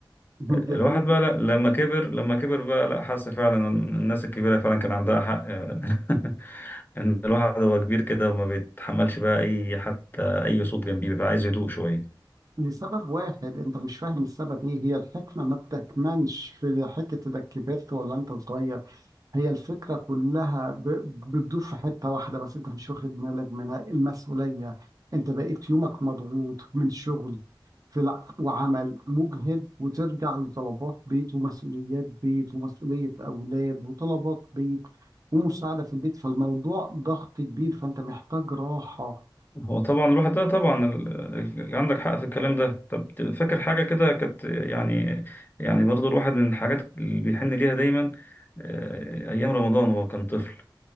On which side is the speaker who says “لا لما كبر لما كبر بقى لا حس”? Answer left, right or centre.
Left